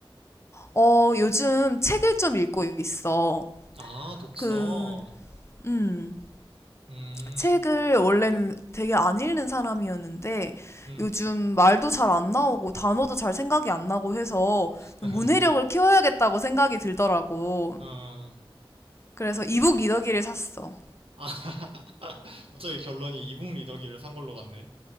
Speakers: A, on the left; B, on the right.
A: 어, 요즘 책을 좀 읽고 있어.
B: 아, 독서.
A: 그, 음,
B: 음,
A: 책을 원래는 되게 안 읽는 사람이었는데
B: 음,
A: 요즘 말도 잘 안 나오고 단어도 잘 생각이 안 나고 해서
B: <laughs>
A: 좀 문해력을 키워야겠다고 생각이 들더라고.
B: 어, 아,
A: 그래서 이북 리더기를 샀어.
B: <laughs> 갑자기 결론이 이북 리더기를 산 걸로 갔네.